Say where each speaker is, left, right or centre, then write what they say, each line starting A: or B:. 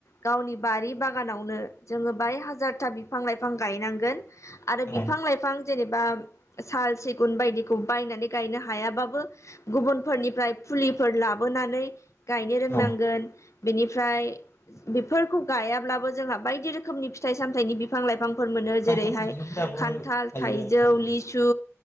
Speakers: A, on the left; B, on the left.
A: गावनि बारि बागानावनो जोङो बाय हाजारथा बिफां-लाइफां गायनांगोन। आरो बिफां-लाइफां
B: औ
A: जेनेबा साल सिगुन बायदिखौ बायनानै गायनो हायाबाबो गुबुनफोरनिफ्राय फुलिफोर लाबोनानै गायनो रोंनांगोन।
B: औ
A: बिनिफ्राय बेफोरखौ गायाब्लाबो जोंहा बायदि रोखोमनि फिथाइ सामथायाइनि बि बिफां लाइफांफोर मोनो
B: खान्थाल
A: जेरैहाय
B: थाइजौफोराबो
A: खान्थाल,
B: थायोना
A: थाइजौ,
B: नोंथां
A: लिसु